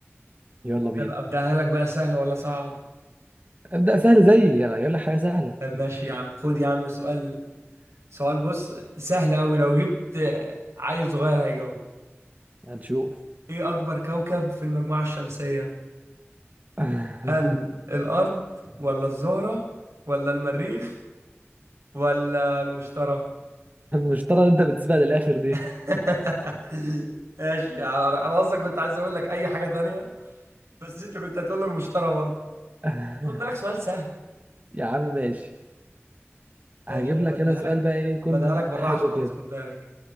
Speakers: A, on the right; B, on the right.
A: يلا بينا
B: طب ابداها لك بقى سهل ولا صعب
A: ابدأ سهل زيي أنا يقول لك حاجة سهلة
B: طب ماشي يا عم خد يا عم سؤال سؤال بص سهل قوي لو جبت آه، عيل صغير هيجاوب
A: هنشوف
B: ايه اكبر كوكب في المجموعة الشمسية
A: <laughs>
B: هل الارض ولا الزهرة ولا المريخ ولا المشترى
A: المشترى اللي أنت بتسيبها للآخر دي
B: <laughs> ماشي يعني انا اصلا كنت عايز اقول لك اي حاجه تانية بس انت كنت هتقول له المشترى برضه
A: <laughs>
B: خد بالك سؤال سهل
A: يا عم ماشي
B: ماشي
A: هجيب
B: انا
A: لك
B: بديها
A: أنا سؤال
B: لك
A: بقى إيه يكون
B: بديها لك بالراحه
A: حلو
B: خالص
A: كده
B: خد بالك